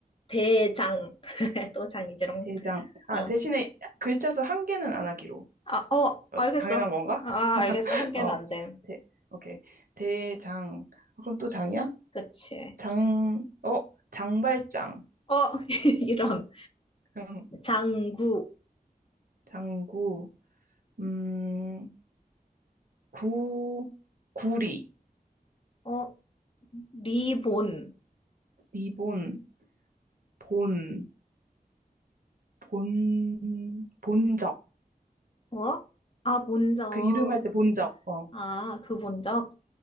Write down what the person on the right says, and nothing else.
대장. 아,
대신에 글자 수 한 개는 안 하기로.
어,
당연한 건가?
<laughs>
어,
대, 오케이. 대장. 아, 그럼 또 장이야?
장, 어, 장발장.
<laughs>
장구. 음, 구, 구리.
리본. 본, 본, 본적.
그 이름 할 때 본적. 어,